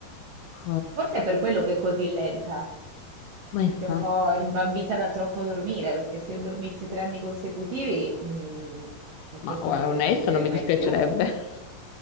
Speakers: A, on the left; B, on the right.
A: Ok,
B: Forse è per quello che è così lenta,
A: ma infatti.
B: che è un po' rimbambita da troppo dormire, perché se io dormissi tre anni consecutivi, mm,
A: Ma
B: forse
A: guarda,
B: non mi
A: onesto,
B: risveglierei
A: non mi
B: mai
A: dispiacerebbe.
B: più.
A: <laughs>